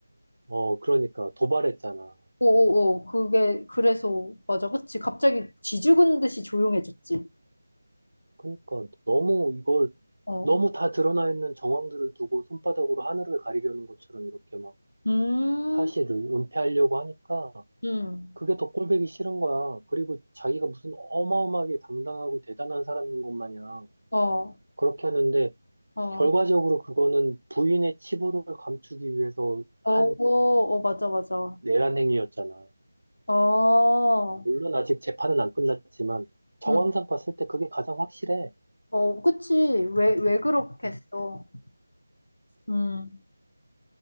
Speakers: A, on the right (about 80°); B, on the left (about 85°).
A: 어, 그러니까 도발했잖아.
B: 오오오, 그게, 그래서, 맞아, 그치. 갑자기 쥐 죽은 듯이 조용해졌지.
A: 그러니까 너무 이걸
B: 어.
A: 너무 다 드러나 있는 정황들을 두고 손바닥으로 하늘을 가리려는 것처럼 이렇게 막
B: 음.
A: 사실을 은폐하려고 하니까
B: 응.
A: 그게 더 꼴보기 싫은 거야. 그리고 자기가 무슨 어마어마하게 당당하고 대단한 사람인 것 마냥
B: 어,
A: 그렇게 하는데
B: 어,
A: 결과적으로 그거는 부인의 치부를 감추기 위해서
B: 어,
A: 한
B: 어, 맞아, 맞아.
A: 내란 행위였잖아.
B: 어,
A: 물론 아직 재판은 안 끝났지만 정황상
B: 응.
A: 봤을 때 그게 가장 확실해.
B: 어, 그치. 왜, 왜 그렇겠어.
A: 음,
B: 음.